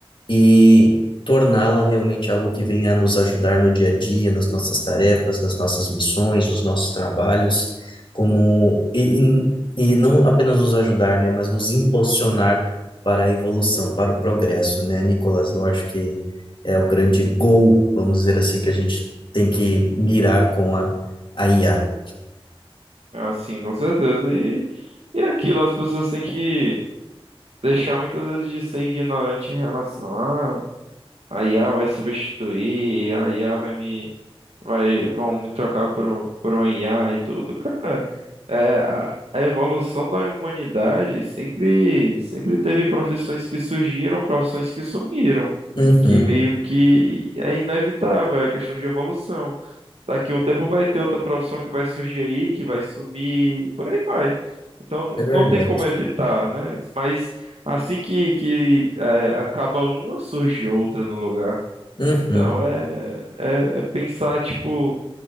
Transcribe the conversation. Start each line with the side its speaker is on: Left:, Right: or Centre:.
Left: e torná-la realmente algo que venha a nos ajudar no dia a dia, nas nossas tarefas, nas nossas missões, nos nossos trabalhos, como e, e e não apenas nos ajudar, né, mas nos impulsionar para a evolução, para o progresso, né, Nicolas? Eu acho que é o grande goal, vamos dizer assim, que a gente tem que mirar com a, a IA.
Right: Ah, sim, com certeza. E, e é aquilo, as pessoas têm que deixar muitas vezes de ser ignorante em relação a a IA vai substituir, a IA vai me vai vão me trocar por um, por uma IA e tudo. Cara, é, a, a evolução da humanidade sempre sempre teve profissões que surgiram, profissões que sumiram,
Left: Uhum,
Right: que meio que é inevitável, é questão de evolução. Daqui a um tempo vai ter outra profissão que vai surgir aí, que vai sumir, por aí vai. Então não,
Left: é verdade.
Right: não tem como evitar, né? Mas assim que, que é, acaba uma, surge outra no lugar.
Left: Uhum,
Right: Então é, é, é pensar, tipo,